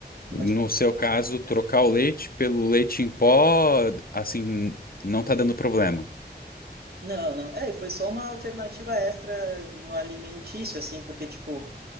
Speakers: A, on the left; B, on the right.
A: no
B: Pode falar.
A: seu caso, trocar o leite pelo leite em pó, assim, não tá dando problema.
B: Não, não. É, e foi só uma alternativa extra no alimentício, assim, porque, tipo,